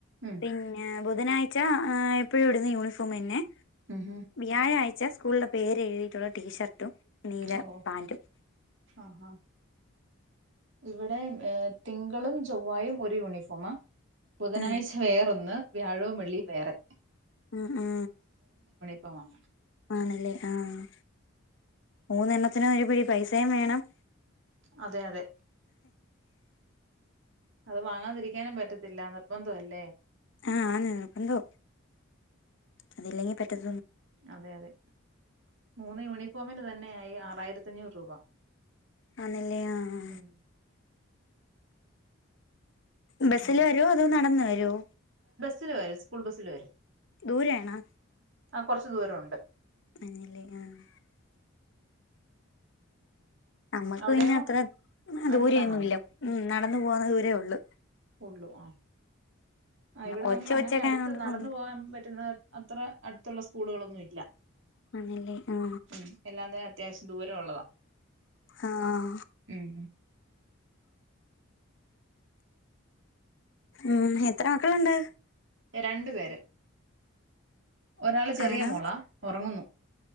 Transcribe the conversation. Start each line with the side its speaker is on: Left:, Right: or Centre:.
Right: ഉം
Left: പിന്നെ ബുധ നാഴ്ച്ച എപ്പോഴും ഇടുന്ന യൂണിഫോം എന്നെ.
Right: ഉം ഉം.
Left: വ്യാഴാഴ്ച ച്ച സ്കൂളിലെ പേര് എഴുതിയിട്ടുള്ള ടീഷർട്ടും നീല
Right: ഓ
Left: പാന്റും.
Right: ആ ആ ഇവിടെ ഏ തിങ്കളും ചൊവ്വായും ഒരു യൂണിഫോമാ. ബുധനാഴ്ച
Left: ആഹ്
Right: വേറൊന്ന് വ്യാഴോ വെള്ളിയും വേറെ.
Left: ഉം ഉ
Right: ഇപ്പമാണ്.
Left: ആണല്ലേ ആഹ്. മൂന്നെണ്ണത്തിനും ഒരു പിടി പൈസയും വേണം
Right: അതെ അതെ അത് വാങ്ങാതിരിക്കാനും പറ്റത്തില്ല. നിർബന്ധ അല്ലേ?
Left: ആഹ ആണ് നിർബന്തോ, അതില്ലെങ്കിൽ പറ്റത്
Right: അതെ അതെ. മൂന്ന് യൂണിഫോമിന് തന്നെയായി ആറായിരത്തഞ്ഞൂറ് രൂപ.
Left: ആന്നല്ലേ ആ ആ
Right: ഉം
Left: ബസ്സില്
Right: ആ
Left: വരുവോ അതോ നടന്ന് വരുവോ?
Right: ബസിൽ വരും സ്കൂൾ ബസിൽ വരും.
Left: ദൂരയാണാ?
Right: ആ കുറച്ച്‌ ദൂര ഉണ്ട്.
Left: <unintelligible> നമ്മുക്ക്
Right: അവിടെയോ
Left: പിന്നെ അത്ര
Right: അടുത്താണോ
Left: ദൂരൊന്നുല്ല ഉ നടന്ന് പോകുന്ന ദൂരേ ഉള്ളു.
Right: ഉള്ളു ആ ആ
Left: പിന്നെ
Right: ഇവിടെ
Left: കൊച്ച്
Right: നമുക്ക് അങ്ങനെ
Left: കൊച്ചൊക്കെ
Right: അടുത്ത്
Left: ആയോണ്ട്
Right: നടന്ന പോകാൻ പറ്റുന്ന അത്ര അടുത്തുള്ള സ്കൂളുകളൊന്നും ഇല്ല.
Left: ആന്നല്ല ആ.
Right: ഉം എല്ലാത്തിനും അത്യാവശ്യം ദൂരം ഉള്ളതാ.
Left: ആഹ.
Right: ഉം
Left: ഉം എത്ര മക്കള്ണ്ട്?
Right: രണ്ടു പേര്, ഒരാള് ചെറിയ
Left: ആണോ
Right: മോളാ ഉറങ്ങുന്നു.